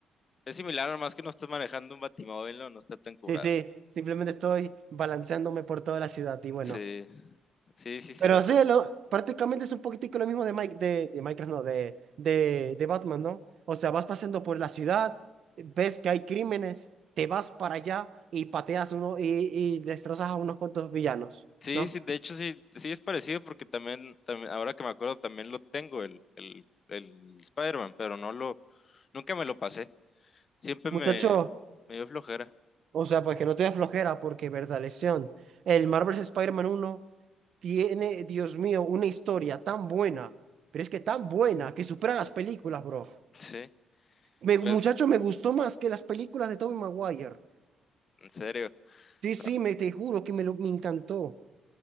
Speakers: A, on the left; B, on the right.
A: Es similar, nomás que no estás manejando un batimóvil, no, no está tan curado.
B: Sí, sí, simplemente estoy balanceándome por toda la ciudad y bueno.
A: Sí, sí, sí, cierto.
B: Pero sí, lo, prácticamente es un poquitico lo mismo de, Mike, de, de Minecraft, no, de, de, de Batman, ¿no? O sea, vas pasando por la ciudad, ves que hay crímenes, te vas para allá y pateas uno y, y destrozas a unos cuantos villanos,
A: Sí,
B: ¿no?
A: sí, de hecho, sí, sí es parecido porque también, también, ahora que me acuerdo, también lo tengo, el, el, el Spider-Man, pero no lo, nunca me lo pasé. Siempre
B: Muchacho,
A: me, me dio flojera.
B: o sea, pues que no te dé flojera porque, verdad, lesión. El Marvel's Spider-Man 1 tiene, Dios mío, una historia tan buena, pero es que tan buena que supera las películas, bro.
A: Sí,
B: Me,
A: pues.
B: muchacho, me gustó más que las películas de Tobey Maguire.
A: En serio.
B: Sí, sí,
A: Ah,
B: me, te juro que me, lo, me encantó.